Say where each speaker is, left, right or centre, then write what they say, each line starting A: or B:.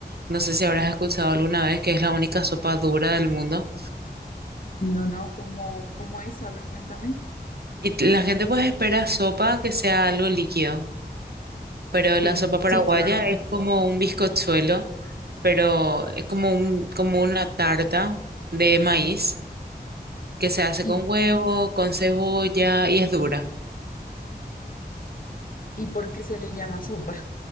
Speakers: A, on the right; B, on the left.
A: No sé si habrás escuchado alguna vez que es la única sopa dura del mundo.
B: No, no, ¿cómo, cómo es? A ver, cuéntame.
A: Y t- la gente pues espera sopa que sea algo líquido, pero
B: Sí,
A: la sopa paraguaya
B: sí, claro.
A: es como un bizcochuelo, pero es como un, como una tarta de maíz que se hace
B: ¿Y,
A: con huevo, con cebolla y es dura.
B: y por qué se le llama sopa?